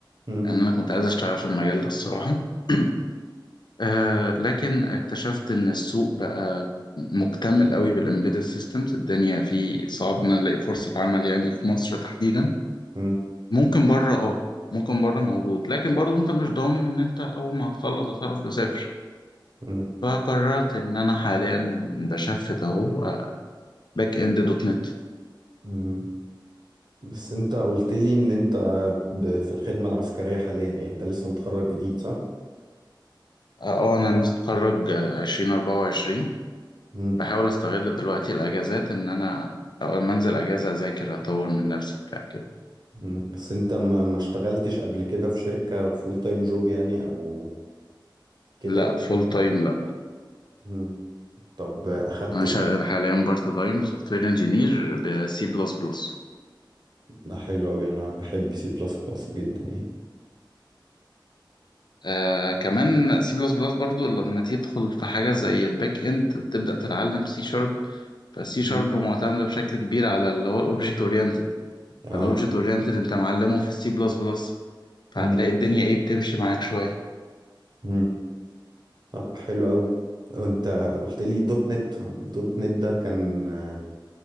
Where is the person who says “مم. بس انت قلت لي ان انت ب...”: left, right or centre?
Right